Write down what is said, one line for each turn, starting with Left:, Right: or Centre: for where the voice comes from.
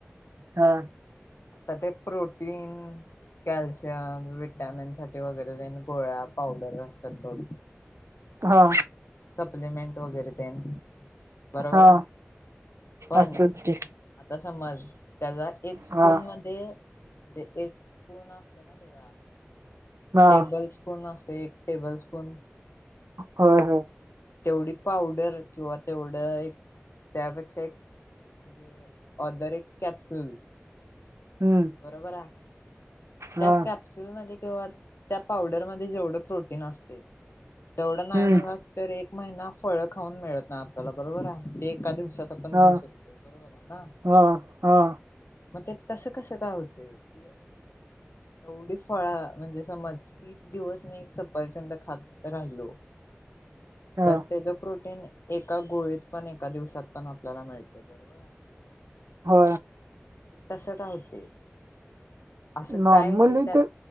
Right: हा
Left: आता ते प्रोटीन कॅल्शियम विटॅमिन साठी वगैरे जान गोळ्या पावडर असतात बघ
Right: हो
Left: सप्लिमेंट वगैरे तेन बरोबर
Right: हा
Left: आहे पण
Right: असतात की
Left: आता समज त्याचा एक स्पून
Right: हा
Left: मध्ये म्हणजे एक स्पून असते ना त्याला
Right: हा
Left: टेबल स्पून अस एक टेबल स्पून
Right: होय ह
Left: तेवढी पावडर किंवा तेवढं एक त्यापेक्षा एक म्हणजे ऑदर एक कॅप्सुल
Right: हम्म
Left: बरोबर आहे त्या
Right: हा
Left: कॅपसुल मध्ये केव्हा त्या पावडरमध्ये जेवढं प्रोटीन असते तेवढं नाही
Right: हम्म
Left: म्हला तर एक महिना फळ खाऊन मिळत नाही आपल्याला बरोबर आहे ते एका दिवस आपण एका दिवसात
Right: हा
Left: घेऊ शकतो बरोबर
Right: हा हा
Left: मग ते तस कस काय होतंय की एवढी फळ म्हणजे समज तीस दिवस मी एक सपरचंद खात राहिलो
Right: हा
Left: तर त्याच प्रोटीन एका गोळीत पण एका दिवसात पण आपल्याला मिळते बरोबर आहे
Right: हो
Left: तसं का होते असं
Right: नॉर्मली
Left: काय त्यात
Right: ते